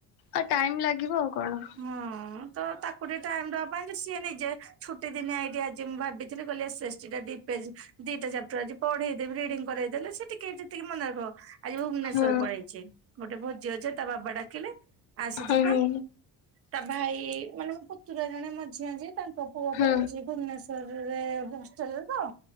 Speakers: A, on the left; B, on the right.
A: ଆଉ, ଟାଇମ୍ ଲାଗିବ ଆଉ କଣ?
B: ହୁଁ। ତ ତାକୁ ଟିକେ ଟାଇମ୍ ଦବା ପାଇଁ ଯେ, ସିଏ ନିଜେ ଛୁଟି ଦିନିଆ ଏଇଠି ଆଜି ମୁଁ ଭାବିଥିଲି, କହିଲି ଏସ୍ ଏସ୍ ଟି ଟା ଟି ପେଜ୍ ଦିଟା ଚାପ୍ଟର ଆଜି ପଢେଇ ଦେବି, ରିଡିଙ୍ଗ୍ କରେଇଦଲେ ସେ ଟିକେ ଯେତିକି ମନେ ରଖିବ। ଆଜି ଭୁବନେଶ୍ଵର
A: ହୁଁ
B: ପଳେଇଚି, ଗୋଟେ ଭୋଜି ଅଛି, ତା ବାବା ଡାକିଲେ ଆସେ
A: ହୁଁ
B: ଯିବା। ତା ଭାଇ-ଇ ମାନେ ମୋ ପୁତୁରା ଜଣେ ମଝିଆଁ ଯିଏ ତାଙ୍କ ପୁଅ
A: ହୁଁ
B: ବହୁ ଯି ଭୁବନେଶ୍ୱରରେ ହଷ୍ଟେଲେରେତ